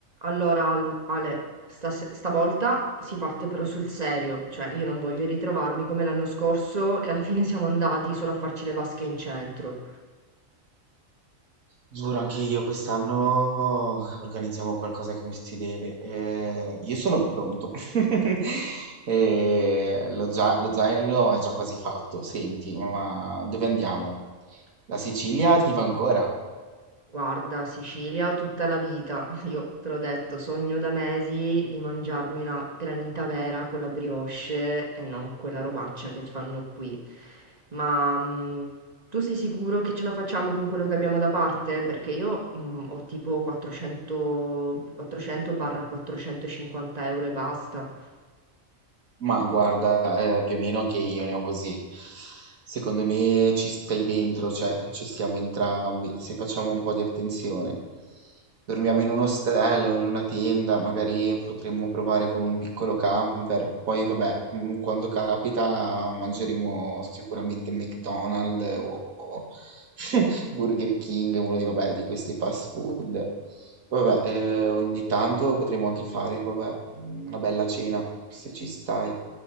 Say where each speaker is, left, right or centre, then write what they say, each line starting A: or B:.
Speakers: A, on the right; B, on the right.
A: Allora, Al- Ale, stas- stavolta si parte però sul serio, cioè io non voglio ritrovarmi come l'anno scorso, che alla fine siamo andati solo a farci le vasche in centro.
B: Giuro, anche io quest'anno organizziamo qualcosa come si deve. Eh, io sono pronto. <laughs> Eh, lo, za- lo zaino è già quasi fatto. Senti, ma dove andiamo? La Sicilia ti va ancora?
A: Guarda, Sicilia tutta la vita. <laughs> Io te l'ho detto, sogno da mesi di mangiarmi una granita vera con la brioche e non quella robaccia che fanno qui. Ma mh, tu sei sicuro che ce la facciamo con quello che abbiamo da parte? Perché io mh, ho tipo 400, 400 450 euro e basta.
B: Ma guarda, eh, più o meno anche io ne ho così. Secondo me ci stai dentro, cioè ci stiamo entrambi, se facciamo un po' di attenzione. Dormiamo in un ostello, in una tenda, magari potremmo provare con un piccolo camper. Poi vabbè, mm, quando capita mangeremo sicuramente McDonald's o, o <laughs> Burger King, uno di, vabbè, di questi fast food. Poi Vabbè, eh, ogni tanto potremmo anche fare, vabbè, una bella cena, se ci stai.